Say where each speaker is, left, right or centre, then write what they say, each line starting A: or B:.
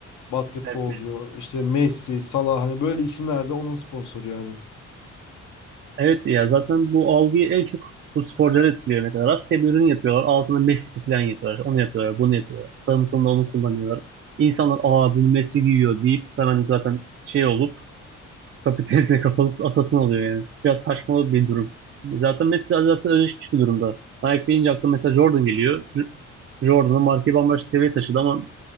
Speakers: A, on the left; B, on the right.
A: Basketbolcu,
B: Evet,
A: işte Messi, Salah hani böyle isimler de onun sponsoru yani.
B: evet ya zaten bu algıyı en çok bu sporcular etkiliyor ne kadar. Rastgele bir ürün yapıyorlar. Altına Messi falan yapıyorlar. Onu yapıyorlar, bunu yapıyorlar. Tanıtımda onu kullanıyorlar. İnsanlar aa bunu Messi giyiyor deyip hemen zaten şey olur. kapitalizme kapalı <laughs> satın alıyor yani. Biraz saçma bir durum. Zaten Messi de zaten özleşmiş bir durumda. Nike deyince aklıma mesela Jordan geliyor. J- Jordan'ın markayı bambaşka seviyeye taşıdı ama